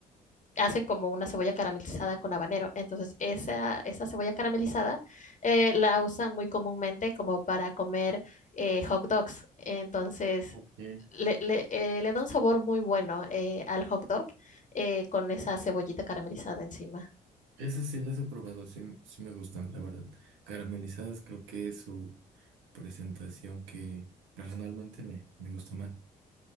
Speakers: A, on the left; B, on the right.
A: Hacen como una cebolla caramelizada con habanero. Entonces, esa, esa cebolla caramelizada eh, la usan muy comúnmente como para comer eh, hot dogs. Entonces,
B: ok.
A: le, le, eh, le da un sabor muy bueno eh, al hot dog eh, con esa cebollita caramelizada encima.
B: Esas sí las he probado, sí, sí me gustan, la verdad. Caramelizadas creo que es su presentación que personalmente me, me gusta más.